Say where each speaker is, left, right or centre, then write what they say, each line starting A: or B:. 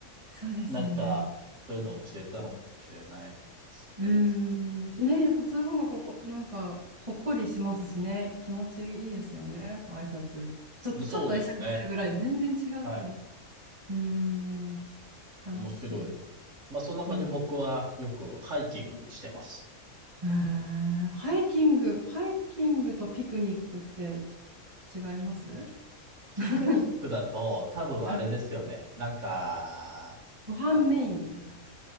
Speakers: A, on the right; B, on the right.
A: そうですよね。
B: なんかそういうのを教えたのかもしれないですね。
A: うんうーん。ね、やっぱそういう方がここ、なんか、ほっこりしますしね。気持ちいいですよね。こう挨拶。ちょっと、
B: うんそうですね。
A: ちょっと会釈するぐらいで全然違うから。
B: はい。
A: うーん。悲しい。
B: 面白いです。まあそんな感じで僕はよくハイキングしてます。
A: うん。えーハイキング、ハイキングとピクニックって違います
B: ピクニックだと多分あれですよね。
A: <laughs> うん。
B: なんか、
A: ご飯メインな感じ。
B: あの、